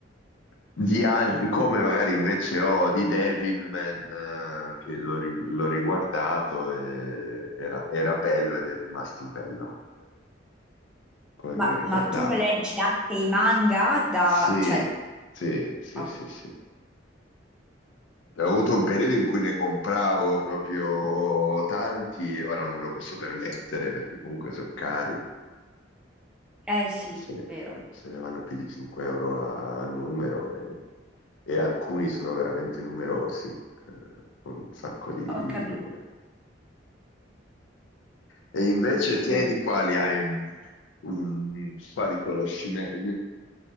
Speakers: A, on the left; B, in the centre.
A: di al- come magari invece ho di Devilman, eh, che l'ho ri- l'ho riguardato e era, era bello ed è rimasto bello come, come
B: Ma,
A: me lo ricordavo.
B: ma tu leggi anche i manga da...
A: Sì,
B: Cioè,
A: sì, sì,
B: oh,
A: sì, sì. Ho avuto un periodo in cui ne compravo proprio tanti, ora non me lo posso permettere perché comunque sono cari,
B: eh sì,
A: se ne,
B: vero.
A: se ne vanno più di 5 euro a a numero e, e alcuni sono veramente numerosi, eh, un sacco di
B: Ho capito.
A: numeri. E invece
B: ho
A: te
B: capito.
A: di quali hai un, un- quali conosci meglio?